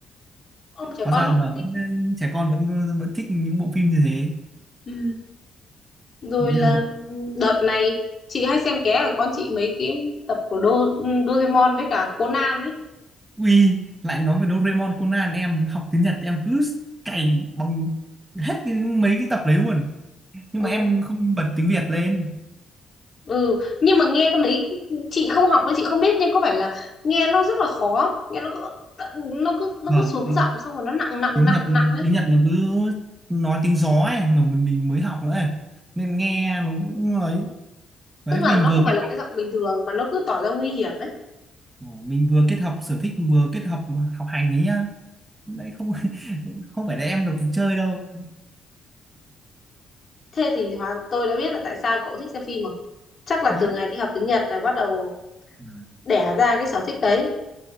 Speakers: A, on the left; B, on the right.
A: ông trẻ
B: Hóa
A: con
B: ra
A: nó cũng
B: giờ
A: thích
B: vẫn ờ, trẻ con vẫn ờ, vẫn thích những bộ phim như thế.
A: Ừ. rồi
B: Ý
A: là
B: là rồi.
A: đợt này chị hay xem ké của con chị mấy cái tập của Đô, Doraemon với cả Conan ấy
B: Ui, lại nói về Doraemon Conan em học tiếng Nhật em cứ cày bằng hết cái, mấy cái tập đấy luôn. Nhưng
A: ừ.
B: mà em không bật tiếng Việt lên.
A: ừ nhưng mà nghe cái đấy chị không học nên chị không biết nhưng có phải là nghe nó rất là khó không? nghe nó cứ nó cứ nó
B: Vâng,
A: cứ xuống giọng xong rồi nó nặng nặng
B: tiếng
A: nặng
B: Nhật
A: nặng ấy
B: tiếng Nhật nó cứ nói tiếng gió ấy mà mình mình mới học nữa ấy. nên nghe nó cũng ấy đấy
A: tức là
B: mình
A: nó
B: vừa
A: không phải
B: kết
A: là
B: hợp
A: cái giọng bình thường mà nó cứ tỏ ra nguy hiểm ấy
B: mình vừa kết hợp sở thích vừa kết hợp học hành đấy nhá đấy không <laughs> không phải là em được chơi đâu
A: thế thì hóa tôi đã biết là tại sao cậu thích xem phim rồi chắc là
B: đấy
A: từ ngày đi học tiếng Nhật là bắt đầu
B: Ừ.
A: đẻ ra cái sở thích đấy